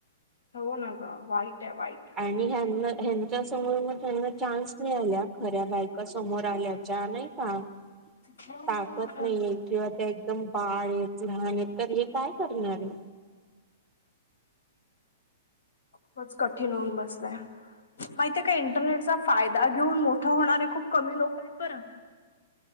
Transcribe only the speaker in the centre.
आणि ह्यांना ह्यांच्या समोर मग त्यांना चान्स आल्या. खऱ्या बायका समोर आल्याच्या नाही का
ताकत नाहीय. किंवा ते एकदम बाळ आहेत लहान आहेत तर हे काय करणार.